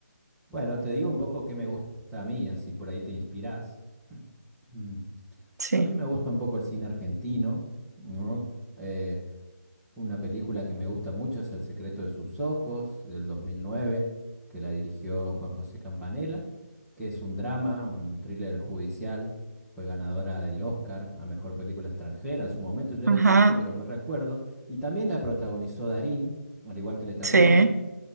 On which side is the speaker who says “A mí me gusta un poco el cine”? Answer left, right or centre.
Centre